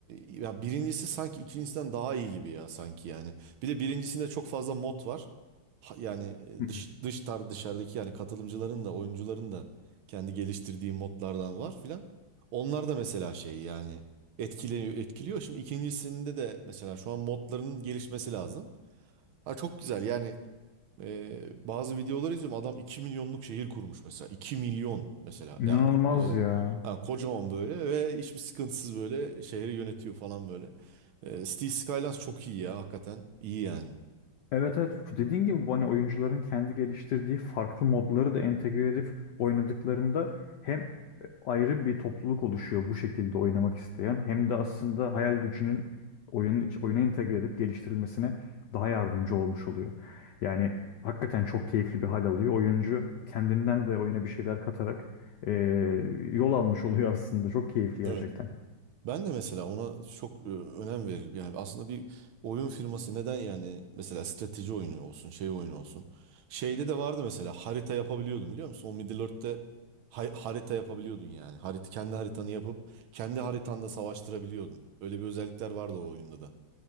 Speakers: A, on the right; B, on the left.
A: ya birincisi sanki ikincisinden daha iyi gibi ya sanki yani. Bir de birincisinde çok fazla mod var. Ha- Yani e,
B: Hı
A: dış,
B: hı.
A: dış tar- dışarıdaki yani katılımcıların da oyuncuların da kendi geliştirdiği modlardan var filan. Onlar da mesela şey yani etkiliyor etkiliyor. Şimdi ikincisinde de mesela şu an modların gelişmesi lazım. Ha çok güzel yani ee, bazı videolar izliyorum. Adam 2 milyonluk şehir kurmuş mesela. 2 milyon mesela.
B: İnanılmaz
A: Yani e,
B: ya.
A: ha, kocaman böyle ve hiçbir sıkıntısız böyle şehri yönetiyor falan böyle. Ee, Cities Skylines çok iyi ya hakikaten. iyi yani.
B: Evet evet dediğin gibi bu hani oyuncuların kendi geliştirdiği farklı modları da entegre edip oynadıklarında hem e, ayrı bir topluluk oluşuyor bu şekilde oynamak isteyen hem de aslında hayal gücünün oyunun iç- oyuna entegre edip geliştirilmesine daha yardımcı olmuş oluyor. Yani hakikaten çok keyifli bir hal alıyor. Oyuncu kendinden de oyuna bir şeyler katarak e, yol almış oluyor aslında. Çok keyifli
A: Evet.
B: gerçekten.
A: Ben de mesela ona çok e, önem veririm. Yani aslında bir oyun firması neden yani mesela strateji oyunu olsun, şey oyunu olsun. Şeyde de vardı mesela harita yapabiliyordun biliyor musun? O Middle Earth'te hay- harita yapabiliyordun yani. Harita, kendi haritanı yapıp kendi haritanda savaştırabiliyordun. Öyle bir özellikler vardı o oyunda da.